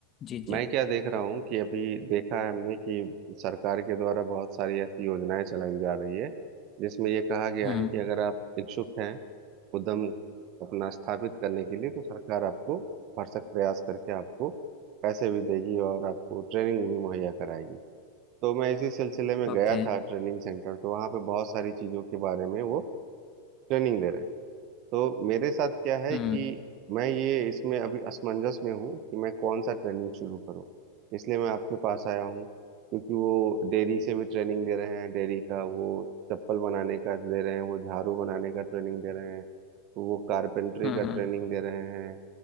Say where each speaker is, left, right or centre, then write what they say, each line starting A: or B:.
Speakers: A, on the left (about 30°); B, on the right (about 40°).
A: जी जी
B: मैं क्या देख रहा हूँ कि अभी देखा है हमने कि सरकार के द्वारा बहुत सारी ऐसी योजनाएं चलाई जा रही है जिसमें ये कहा गया
A: हम्म
B: है कि अगर आप इच्छुक हैं उद्यम अपना स्थापित करने के लिए तो सरकार आपको भरसक प्रयास करके आपको पैसे भी देगी और आपको ट्रेनिंग भी मुहैया कराएगी तो मैं इसी सिलसिले में
A: ओके
B: गया
A: हम्म
B: था
A: okay,
B: ट्रेनिंग सेंटर तो वहाँ पे बहुत सारी चीज़ों के बारे में वो ट्रेनिंग दे रहे हैं तो मेरे साथ क्या है
A: हम्म
B: कि मैं ये इसमें अभी असमंजस में हूँ कि मैं कौन सा ट्रेनिंग शुरू करूँ इसलिए मैं आपके पास आया हूँ क्योंकि वो डेयरी से भी ट्रेनिंग दे रहे हैं डेयरी का वो चप्पल बनाने का दे रहे हैं वो झाड़ू बनाने का ट्रेनिंग दे रहे हैं तो वो कारपेंटरी
A: हम्म
B: का
A: हम्म,
B: ट्रेनिंग दे रहे हैं